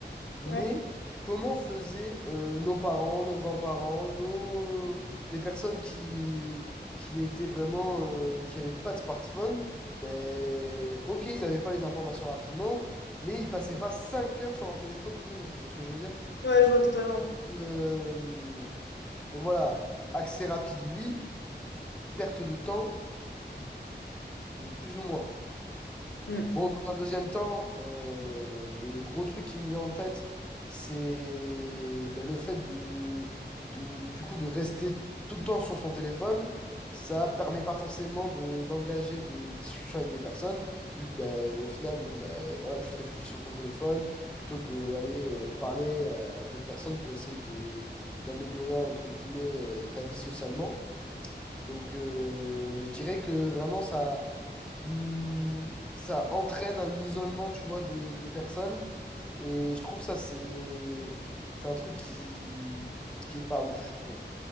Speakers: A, in the centre; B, on the left (about 85°).
A: Mais
B: Ouais,
A: comment faisaient euh, nos parents, nos grands-parents, nos... les personnes qui, qui étaient vraiment, euh, qui n'avaient pas de smartphone? Ben, ok, ils n'avaient pas les informations rapidement, mais ils passaient pas 5 heures sur leur téléphone tous les jours. Tu vois ce que je veux dire?
B: ouais, je vois totalement.
A: Euh, donc voilà, accès rapide, oui. Perte de temps, plus ou moins.
B: Mm.
A: Bon, dans un deuxième temps, euh, le gros truc qui me vient en tête, c'est ben, le fait du, du, du coup de rester tout le temps sur son téléphone. Ça permet pas forcément de, d'engager des discussions avec des personnes, vu que ben, au final, bon, ben, voilà, tu te réfugies sur ton téléphone plutôt que aller euh, parler à d'autres personnes pour essayer de d'améliorer entre guillemets euh, ta vie socialement. Donc, euh, je dirais que vraiment, ça, hmm, ça entraîne un isolement, tu vois, des, des personnes. Et je trouve ça, c'est, c'est un truc qui, qui est pas ouf, je trouve.